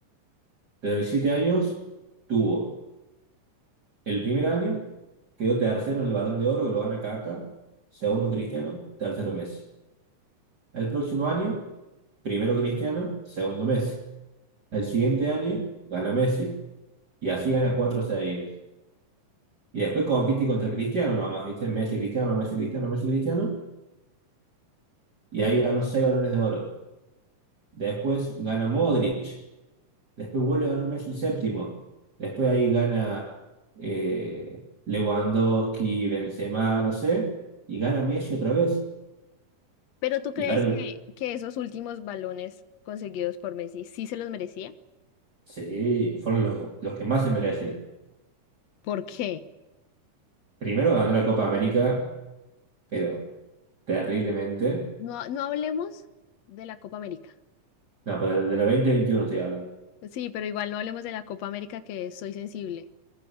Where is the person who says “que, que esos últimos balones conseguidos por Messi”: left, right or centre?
Left